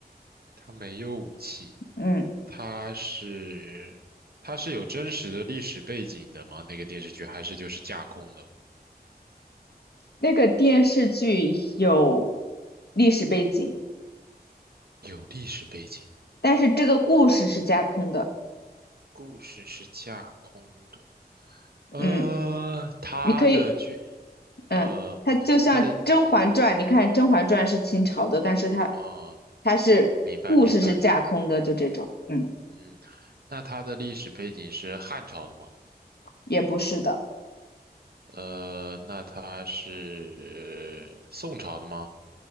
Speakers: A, on the right; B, on the left.
A: 他没有武器。
B: 嗯，
A: 他是，他是有真实的历史背景的吗？那个电视剧还是就是架空的？
B: 那个电视剧有历史背景，
A: 有历史背景，
B: 但是这个故事是架空的，
A: 故事是架空的。呃，
B: 嗯，
A: 他的剧，
B: 你可以。
A: 呃，
B: 嗯，它就像《甄嬛传》，
A: 他的
B: 你看《甄嬛传》是清朝的，但是它
A: 啊、
B: 它是故事是架空的，
A: 明白明白，
B: 就这种，嗯，
A: 嗯，那他的历史背景是汉朝的吗？
B: 也不是的，
A: 呃，那他是宋朝的吗？